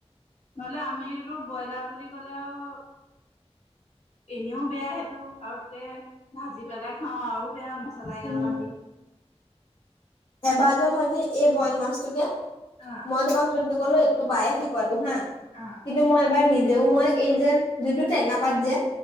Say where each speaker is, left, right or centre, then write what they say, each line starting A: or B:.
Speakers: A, on the left; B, on the left.
A: নহলে আমি এইটো ব্ৰইলাৰ বুলি ক'লে আও এনেও বেয়া সেইটো আৰু তাতে ভাজি পেলাই খাওঁ আৰু বেয়া মছলা এগালমান
B: উম।
A: দি
B: এবাৰ যে মই যে এই বইল মাছটোকে
A: অ',
B: মই তোমাক যদি ক'লো এইটো বায়ে শিকোৱাটো হা কিন্তু
A: অ',
B: মই এবাৰ নিজেও মই এই যে যোনটো টেঙা পাত যে